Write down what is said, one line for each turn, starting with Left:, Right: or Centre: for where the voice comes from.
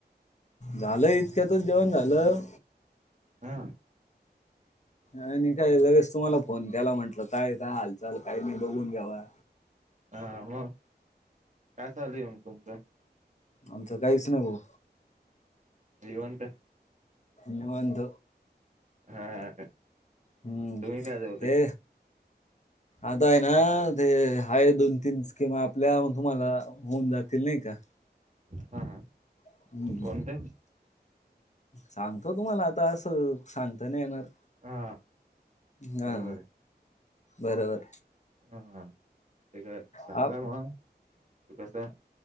Left: झालं इतक्यातच जेवण झालं.
Right: हा.
Left: आणि काय लगेच तुम्हाला फोन केला म्हंटलं, काय का हालचाल काय नाही बघून घ्यावा.
Right: हा मग काय चालू म तुमचं?
Left: आमचं काहीच नाही भाऊ.
Right: निवांत.
Left: निवांत.
Right: हा.
Left: हम्म
Right: तुम्ही काय जेवले
Left: ते. आता आहे ना, ते हाय दोन, तीन स्कीमा आपल्या तुम्हाला होऊन जात. ते नाही का?
Right: हा
Left: हम्म.
Right: कोणते?
Left: सांगतो तुम्हाला आता असं सांगताना येणार
Right: हा
Left: हा
Right: बरोबर आहे
Left: बरोबर
Right: हाा ते का सांगा
Left: हा
Right: मग त कस